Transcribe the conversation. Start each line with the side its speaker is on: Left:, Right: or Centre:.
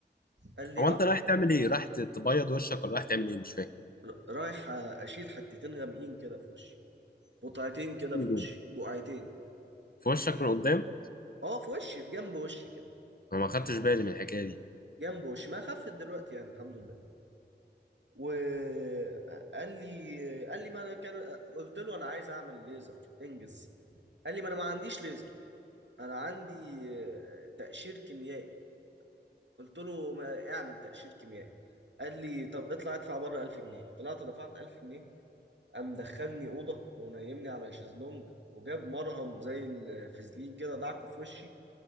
Right: قال لي
Left: هو
Right: اه
Left: انت رايح تعمل ايه رايح ت- تبيض وشك ولا رايح تعمل ايه مش فاكر
Right: ر- رايح اشيل حتتين غامقين كده في وشي قطعتين كده
Left: فين
Right: في
Left: دول؟
Right: وشي بقعتين
Left: في وشك من قدام
Right: اه في وشي في جنب وشي كده
Left: انا ما خدتش بالي من الحكايه دي
Right: جنب وشي ما خفت دلوقتي يعني الحمد لله وقال لي قال لي ما انا كان قلت له انا عايز اعمل ليزر انجز قال لي ما انا ما عنديش ليزر انا عندي آه، تقشير كيميائي قلت له ما اعمل تقشير كيميائي قال لي طب اطلع ادفع بره 1000 جنيه طلعت دفعت 1000 جنيه قام دخلني اوضه ونيمني على شезлونج وجاب مرهم زي الفازلين كده دعكه في وشي